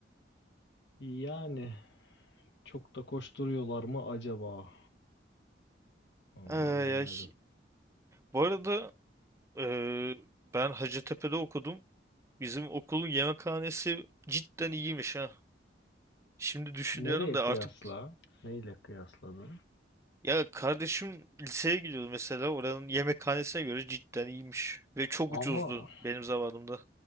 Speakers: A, on the left; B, on the right.
A: Yani çok da koşturuyorlar mı acaba? Onu
B: Ay,
A: da bilemedim.
B: ay. Bu arada eee, ben Hacettepe'de okudum. Bizim okulun yemekhanesi cidden iyiymiş ha. Şimdi düşünüyorum
A: Nereye
B: da
A: kıyasla?
B: artık
A: Neyle kıyasladın?
B: Ya kardeşim liseye gidiyordu mesela oranın yemekhanesine göre cidden iyiymiş. Ve çok
A: Ama
B: ucuzdu benim zamanımda.